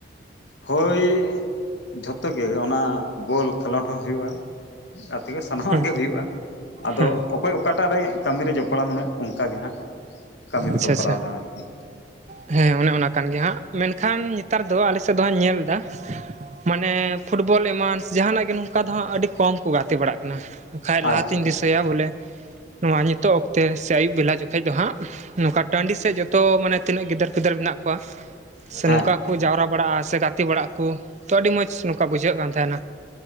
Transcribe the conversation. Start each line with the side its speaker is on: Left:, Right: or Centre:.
Left: ᱦᱳᱭ ᱡᱷᱚᱛᱚ ᱜᱮ ᱚᱱᱟ ᱵᱚᱞ ᱠᱷᱮᱞᱳᱰ ᱦᱚᱸ ᱦᱩᱭᱩᱜᱼᱟ ᱜᱟᱛᱮᱜᱮ ᱥᱟᱱᱟᱢᱟᱜ
Right: ᱦᱮᱸ
Left: ᱜᱮ ᱦᱩᱭᱩᱜᱼᱟ ᱟᱫᱚ
Right: ᱦᱮᱸ
Left: ᱚᱠᱚᱭ ᱚᱠᱟᱴᱟᱜ ᱨᱮ ᱠᱟᱹᱢᱤ ᱨᱮ ᱡᱚᱯᱲᱟᱣ ᱢᱟᱱᱟᱭᱟ ᱚᱱᱠᱟᱜᱮ ᱱᱟᱦᱟᱜ ᱠᱟᱹᱢᱤ ᱫᱚᱠᱚ
Right: ᱟᱪᱪᱷᱟ
Left: ᱠᱚᱨᱟᱣ
Right: ᱟᱪᱪᱷᱟ
Left: ᱮᱫᱟ ᱟᱨᱠᱤ
Right: ᱦᱮᱸ ᱚᱱᱮ ᱚᱱᱟ ᱠᱟᱱ ᱜᱮᱭᱟ ᱦᱟᱸᱜ ᱢᱮᱱᱠᱷᱟᱱ ᱱᱮᱛᱟᱨ ᱫᱚ ᱟᱞᱮ ᱥᱮᱫ ᱫᱚ ᱦᱟᱸᱜ ᱧᱮᱞ ᱮᱫᱟ ᱢᱟᱱᱮ ᱯᱷᱩᱴᱵᱚᱞ ᱮᱢᱟᱱ ᱡᱟᱦᱟᱱᱟᱜ ᱜᱮ ᱱᱚᱝᱠᱟ ᱫᱚ ᱦᱟᱸᱜ ᱟᱹᱰᱤ ᱠᱚᱢ ᱠᱚ ᱜᱟᱛᱮ ᱵᱟᱲᱟᱜ ᱠᱟᱱᱟ ᱵᱟᱠᱷᱟᱡ ᱞᱟᱦᱟᱛᱤᱧ
Left: ᱟᱪᱪᱷᱟ ᱟᱪᱪᱷᱟ
Right: ᱫᱤᱥᱟᱹᱭᱟ ᱵᱚᱞᱮ ᱱᱚᱣᱟ ᱱᱤᱛᱚᱜ ᱚᱠᱛᱮ ᱥᱮ ᱟᱹᱭᱩᱵ ᱵᱮᱞᱟ ᱡᱚᱠᱷᱮᱡ ᱫᱚ ᱦᱟᱸᱜ ᱱᱚᱝᱠᱟ ᱴᱟᱺᱰᱤ ᱥᱮᱫ ᱡᱚᱛᱚ ᱢᱟᱱᱮ ᱛᱤᱱᱟᱹᱜ ᱜᱤᱫᱟᱹᱨ ᱯᱤᱫᱟᱹᱨ ᱢᱮᱱᱟᱜ ᱠᱚᱣᱟ ᱥᱮ
Left: ᱦᱮᱸ
Right: ᱱᱚᱝᱠᱟ
Left: ᱦᱮᱸ
Right: ᱡᱟᱣᱨᱟ ᱵᱟᱲᱟᱜᱼᱟ ᱥᱮ ᱜᱟᱛᱮ ᱵᱟᱲᱟᱜ ᱠᱚ ᱛᱚ ᱟᱹᱰᱤ ᱢᱚᱸᱡᱽ ᱱᱚᱝᱠᱟ ᱵᱩᱡᱷᱟᱹᱜ ᱠᱟᱱ ᱛᱟᱦᱮᱱᱟ